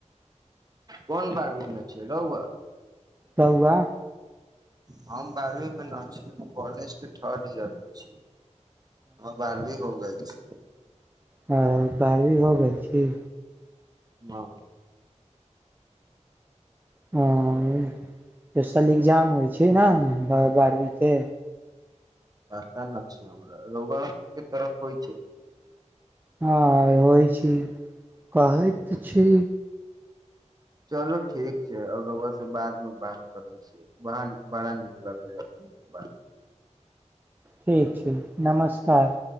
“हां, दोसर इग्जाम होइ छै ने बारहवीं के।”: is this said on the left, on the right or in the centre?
Right